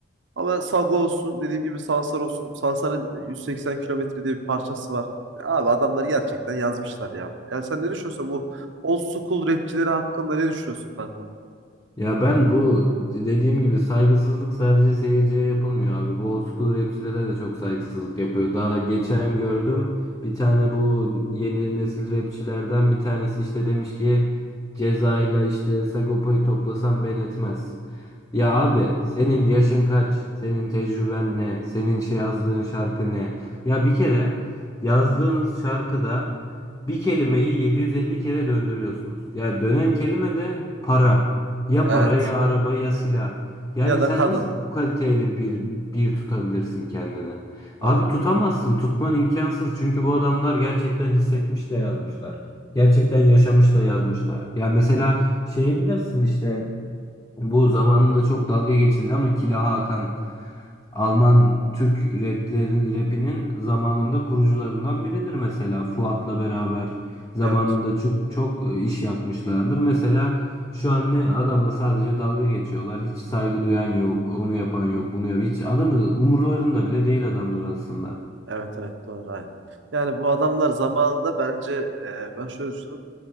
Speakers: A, on the right; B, on the left.
A: Ama Sago olsun dediğim gibi Sansar olsun. Sansar'ın 180 kilometre diye bir parçası var. Abi adamlar gerçekten yazmışlar ya. Yani sen ne düşünüyorsun bu old school rapçileri hakkında ne düşünüyorsun kankam?
B: Ya ben bu dediğim gibi saygısızlık sadece seyirciye yapılmıyor abi. Bu old school rapçilere de çok saygısızlık yapıyor. Daha geçen gördüm bir tane bu yeni nesil rapçilerden bir tanesi işte demiş ki Ceza'yla işte Sagopa'yı toplasam ben etmez. Ya abi
A: Hmm,
B: senin yaşın kaç? Senin tecrüben ne? Senin şey yazdığın şarkı ne? Ya bir kere yazdığınız şarkıda bir kelimeyi 750 kere döndürüyorsunuz. Ya dönen kelime de para. Ya
A: Evet.
B: para ya araba ya silah. Yani
A: Ya
B: sen
A: da kadın.
B: nasıl bu kaliteyle bir bir tutabilirsin kendini? Abi
A: Doğru.
B: tutamazsın. Tutman imkansız. Çünkü bu adamlar gerçekten hissetmiş de yazmışlar. Gerçekten yaşamış da yazmışlar. Ya mesela şeyi bilirsin işte bu zamanında çok dalga geçildi ama Killa Hakan Alman Türk raplerin rapinin zamanında kurucularından biridir mesela. Fuat'la beraber zamanında
A: Evet.
B: çok çok e, iş yapmışlardır. Mesela şu an ne adamla sadece dalga geçiyorlar. Hiç saygı duyan yok, onu yapan yok, bunu yapan. Hiç adamı umurlarında bile değil adamlar aslında.
A: Evet evet doğru aynen. Yani bu adamlar zamanında bence e, ben şöyle düşünüyorum.